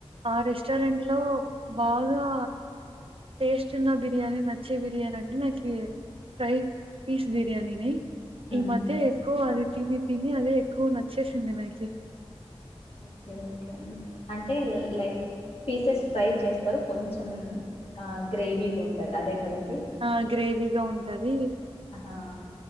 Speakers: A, on the right; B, on the left.
A: ఆ రెస్టారెంట్ లో బాగా టేస్ట్ ఉన్న బిర్యానీ నచ్చే బిర్యానీ అంటు నాకి ఫ్రై పీస్ బిర్యానీనే
B: ఉమ్
A: ఈ మధ్య ఎక్కువ అది తిని తిని అదే ఎక్కువ నచ్చేసింది నాకి
B: ఓకే ఓకే అండి అంటే లైక్ పీసెస్ ఫ్రై చేస్తారు కొంచెం గ్రేవీగా ఉంటది అదే కదండి
A: ఆ గ్రేవీగా ఉంటది
B: ఆహా